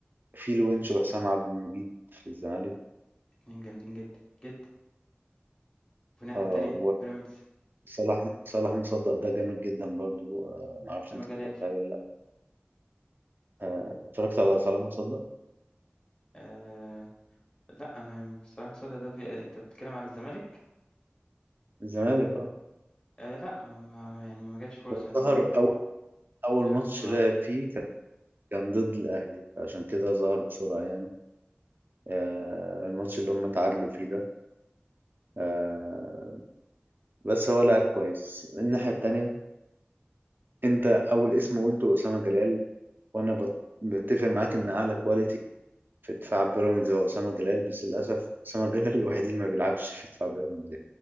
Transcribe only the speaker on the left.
اتنين جامدين جدا جدا وفي الناحية
التانية بيراميدز
سما
جلال
آه لا ما- بصراحة مصدق ده في انت بتتكلم على الزمالك
آه لا ما ما يعني ما جاتش فرصة
ان
ان شفته
في الملعب